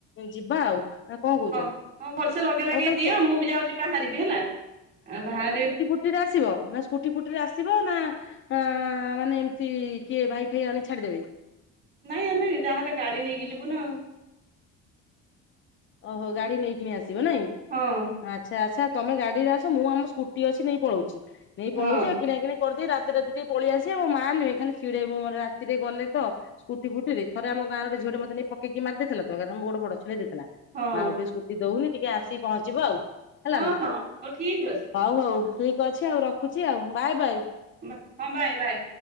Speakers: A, on the left; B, on the right.
A: ଯିବା ଆଉ। ନା କଣ କହୁଛ
B: ହଁ ହଁ ଭଲସେ ଲଗେଇ ଲଗେଇ
A: ଆଉ ତମେ
B: ଦିଅ
A: କେ
B: ମୁଁ ବି ଯାଉଛି ବାହାରିବି ହେଲା। ଆ ବାହାରି
A: ଟିରେ ଆସିବ ନା ସ୍କୁଟି ଫୁଟିରେ ଆସିବ ନା ଆଁ ମାନେ ଏମିତି କିଏ ଭାଇ ଫାଇ ଆଣି ଛାଡ଼ିଦେବେ?
B: ନାଇଁ ଆମେ ଯାହାହେଲେ ଗାଡି ନେଇକି ଯିବୁ ନା ଆଉ।
A: ଓହୋ ଗାଡି ନେଇକିନି ଆସିବ ନାଇଁ?
B: ଆଉ
A: ଆଚ୍ଛା ଆଚ୍ଛା ତମେ ଗାଡିରେ ଆସ ମୁଁ ଆମ ସ୍କୁଟି ଅଛି ନେଇ ପଳଉଚି ନେଇ ପଳଉଚି
B: ହଁ ହଁ
A: ଆଉ କିଣା କିଣି କରିଦେଇ ରାତିରାତି ଟିକେ ପଳେଇଆସିବା। ମୋ ମା ନୁହେଁ ଖାଲି ଚିଡେଇବ ମ ରାତିରେ ଗଲେ ତ ସ୍କୁଟି ଫୁଟି ରେ। ଥରେ ଆମ ଗାଁ ର ଗୋଟେ ଝିଅ ଟେ ମୋତେ ନେଇ ପକେଇକି ମାରି ଦେଇଥିଲା ତ ଏକାଥେନେ ମୋ ଗୋଡ ଫୋଡ ଛିଡେଇ ଦେଇଥିଲା।
B: ହଁ
A: ମା ଆଉ ଟିକେ ସ୍କୁଟି ଦଉନି ଟିକେ ଆସିକି ପହଞ୍ଚିବ ଆଉ। ହେଲା
B: ହଁ
A: ନା
B: ହଁ ହଉ ଠିକ୍ ଅଛି।
A: ହଉ ହଉ ଠିକ୍ ଅଛି ଆଉ ରଖୁଚି ଆଉ ବାଏ ବାଏ।
B: ବା ହଁ ବାଏ ବାଏ।